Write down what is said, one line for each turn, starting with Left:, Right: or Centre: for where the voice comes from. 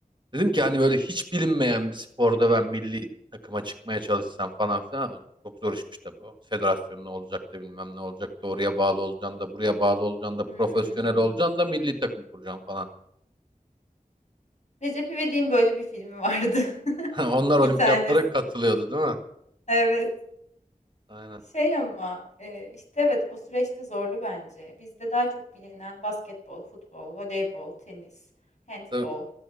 Right: Dedim ki hani böyle hiç bilinmeyen bir sporda ben milli takıma çıkmaya çalışsam falan filan çok zor işmiş tabii o. Federasyon ne olacak da bilmem ne olacak da oraya bağlı olacaksın da buraya bağlı olacaksın da
Left: Hmm.
Right: profesyonel olacaksın da milli takım kuracaksın falan.
Left: Recep İvedik'in böyle bir filmi vardı. <laughs>
Right: <laughs> Onlar
Left: Bir
Right: olimpiyatlara
Left: tanesini.
Right: katılıyordu değil mi?
Left: Evet.
Right: Aynen.
Left: Şey ama, eee, işte, evet, o süreçte zorlu bence. Bizde daha çok bilinen basketbol, futbol, voleybol, tenis, handbol.
Right: Tabii